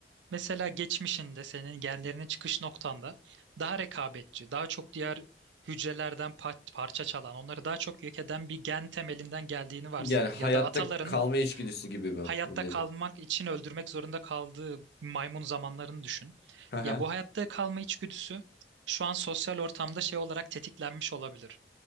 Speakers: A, on the right (about 90°); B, on the left (about 65°).
A: mesela geçmişinde senin genlerinin çıkış noktanda daha rekabetçi, daha çok diğer hücrelerden pa- parça çalan, onları daha çok yok eden bir gen temelinden geldiğini varsay
B: Yani hayatta
A: ya da ataların
B: kalma içgüdüsü gibi mi
A: hayatta
B: bu dedi.
A: kalmak için öldürmek zorunda kaldığı maymun zamanlarını düşün.
B: Hı hı.
A: Ya bu hayatta kalma içgüdüsü şu an sosyal ortamda şey olarak tetiklenmiş olabilir.